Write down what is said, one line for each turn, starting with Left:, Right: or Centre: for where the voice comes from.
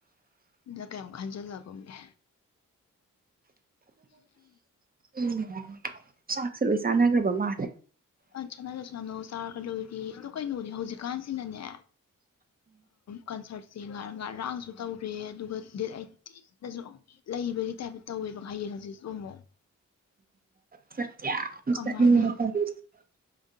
Left: ꯑꯗ ꯀꯩꯝ ꯈꯟꯖꯤꯜꯂꯒꯨꯝꯒꯦ
Right: ꯎꯝ ꯆꯥꯛꯁꯦ ꯂꯣꯏ ꯆꯥꯟꯅꯈ꯭ꯔꯕ ꯃꯥꯜꯂꯦ
Left: ꯑ ꯁꯠꯅꯖꯠꯁꯅꯣ ꯆꯥꯔꯒ ꯂꯣꯏꯔꯤ ꯑꯗꯨ ꯀꯩꯅꯣꯅꯦ ꯍꯧꯖꯤꯛꯀꯥꯟꯁꯤꯅꯅꯦ ꯀꯟꯁꯥꯔꯠꯁꯦ ꯉ ꯉꯔꯥꯡꯁꯨ ꯇꯧꯔꯦ ꯑꯗꯨꯒ ꯗꯦꯠ ꯑꯩꯠꯇꯤꯟꯗꯁꯨ ꯂꯩꯕꯒꯤ ꯇꯥꯏꯞꯇ ꯇꯧꯋꯦꯕ ꯍꯌꯦꯡ ꯍꯧꯖꯤꯛꯁꯨ ꯑꯃꯨ ꯑꯃꯨꯛ
Right: ꯆꯠꯇꯤ ꯌꯥꯝ
Left: ꯀꯃꯥꯏꯅ
Right: ꯆꯠꯅꯪꯕ ꯇꯧꯔꯤꯁꯦ ꯑꯃꯨꯛ